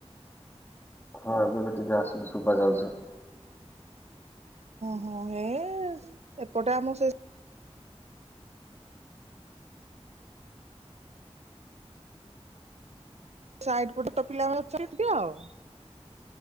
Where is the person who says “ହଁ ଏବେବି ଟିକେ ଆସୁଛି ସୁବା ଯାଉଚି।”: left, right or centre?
Left